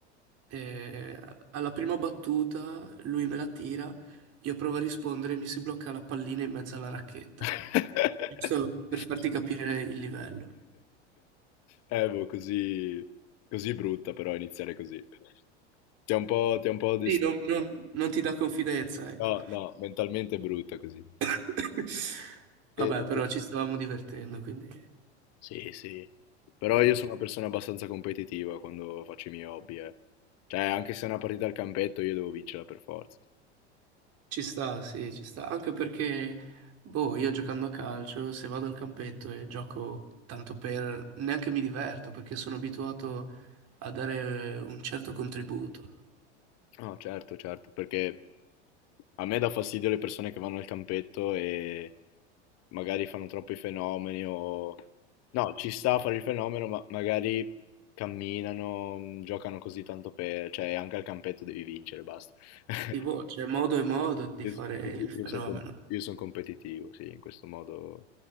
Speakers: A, on the right; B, on the left.
A: E alla prima battuta lui me la tira, io provo a rispondere e mi si blocca la pallina in mezzo alla racchetta.
B: <laughs>
A: giusto per farti capire il livello.
B: Eh, boh, così... Così brutta però iniziare così. Ti ha un po', ti ha un po' distratto.
A: Sì, non, non- non ti dà confidenza, ecco.
B: No, no, mentalmente è brutta così.
A: <laughs> Vabbè,
B: E-
A: però ci stavamo divertendo, quindi
B: Sì, sì, però io sono una persona abbastanza competitiva quando faccio i miei hobby, eh. Cioè, anche se è una partita al campetto, io devo vincerla per forza.
A: ci sta, sì, ci sta. Anche perché, boh, io giocando a calcio, se vado al campetto e gioco tanto per... neanche mi diverto, perché sono abituato a dare un certo contributo.
B: No, certo, certo, perché a me dà fastidio le persone che vanno al campetto e magari fanno troppi fenomeni o... No, ci sta a fare il fenomeno, ma magari camminano, mh, giocano così tanto per... Cioè, anche al campetto devi vincere, basta. <laughs>
A: E boh, c'è modo e modo di
B: Io,
A: fare
B: io-
A: il fenomeno.
B: io sono com- io sono competitivo, sì, in questo modo